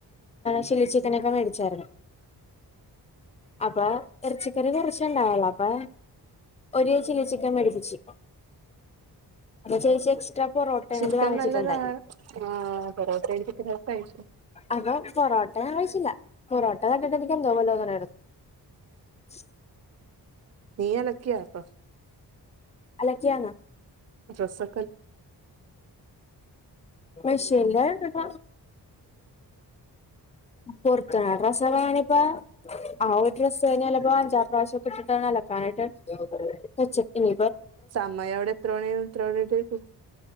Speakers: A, on the left; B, on the right.
A: ച്ചില്ലി ചിക്കനൊക്കെ മേടിച്ചാരുന്നു അപ്പൊ എറച്ചിക്കറി കുറച്ചുണ്ടാവല്ലോ അപ്പൊ ഒരു ചില്ലി ചിക്കൻ മേടിപ്പിച്ചു അപ്പൊ ചേച്ചി എക്സ്ട്രാ പൊറോട്ടയും
B: ചിക്കൻ
A: കൂടി വാങ്ങിച്ചിട്ടുണ്ടായി
B: നല്ലതാണ് ആ പൊറോട്ടയും ചിക്കനൊക്കെ കഴു
A: അപ്പൊ പൊറോട്ടേ ആവശ്യല്ല പൊറോട്ട കണ്ടിട്ട് എനിക്ക് എന്തോ പോലെ തോന്നേണെ ആണ് <unintelligible>
B: നീ ലക്കിയാപ്പ
A: അലക്കിയാന
B: ഡ്രസ്സ്‌
A: മെഷീനില് അലക്ക പൊറത്തടനാ ഡ്രസ്സയാണിപ്പാ ആ ഒരു ഡ്രസ്സ് കഴിഞ്ഞാല് ച്ചെലപ്പോ അഞ്ചാറ് പ്രാവശ്യംക്കെ ഇട്ടിട്ടാണ് അലക്കാനായിട്ട് വെച്ചക്കന്
B: സമയം എവിടെ എത്രണി ആവും എത്രണി തൊട്ടേയിരിക്കും